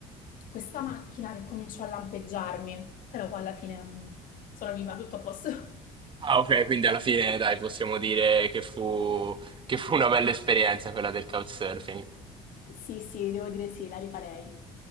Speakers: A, on the left (about 65°); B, on the right (about 35°).
A: questa macchina che cominciò a lampeggiarmi, però poi alla fine mm, sono viva, tutto a posto. <laughs>
B: Ah, ok, quindi alla fine, dai, possiamo dire che fu, che fu una bella esperienza quella del couchsurfing.
A: Sì, sì, devo dire sì, la rifarei.